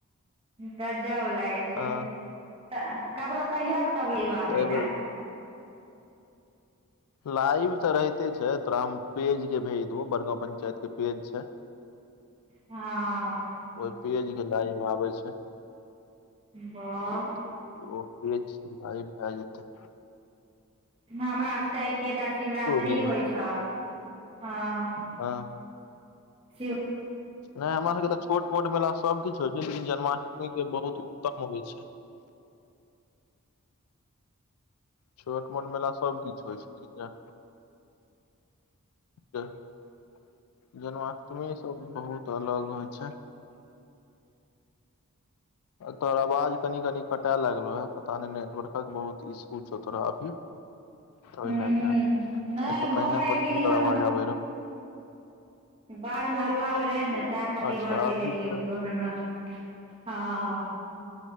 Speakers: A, on the right; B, on the left.
A: गजब लाइक
B: अ
A: छै तऽ ककरो कहियक तब मिलबाबै
B: तऽ एहिबेर
A: लैऽ।
B: लाइव त रहिते छै, तोरा हम पेज के भेज देबौ, बड़काँ पंचायत के पेज छै।
A: हँ।
B: ओई पेज के लाइव आबै छै।
A: बस
B: त ओ पेज से लाइव भए जेतै।
A: हमरा सबके एकेटा शिवरात्रि
B: लिंक
A: होइ छऽ, हँ।
B: हँ।
A: शिव
B: नै हमरा सब के त छोट मोट मेला सब किछु होय छै, लेकिन जन्माष्टमी के बहुत उत्तम होय छै। छोट मोट मेला सबकिछ होइ छै, बुझलिए? ज-जन्माष्टमी सब बहुत अलग होइ छै। तोहर आवाज कनि कनि कटा लागलो हैऽ, पता नैय नेटवर्कक बहुत इशू छौ तोरा अभी। तई
A: हूँ
B: लैऽ कऽ,
A: नहि
B: अई सँ
A: घर
B: पहिने
A: आबि
B: बड़ सुन्दर
A: गेलियै
B: आवाज आबे रहय।
A: बाढ़मे हल्ला होइत रहै ने तैँ खातिर
B: अच्छा
A: घर चलि
B: अभी
A: एयलियै तऽ घरमे हँऽ।